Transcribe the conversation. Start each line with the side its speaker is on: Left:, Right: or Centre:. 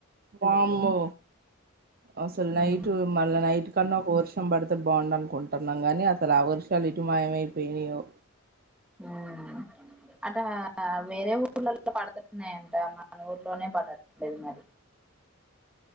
Right: వామ్మో! అసలు
Centre: ఉమ్,
Right: నైట్ మళ్ళ నైటు కన్నా ఒక వర్షం పడితే బాగుండు అనుకుంటున్నాం. గాని అసలు ఆ వర్షాలు ఏటు మాయమైపోయినాయో?
Centre: ఉమ్ అట్ట వేరే ఊర్ల ల్ల పడుతున్నాయంట. మన ఊర్లోనే పడట్లేదు మరి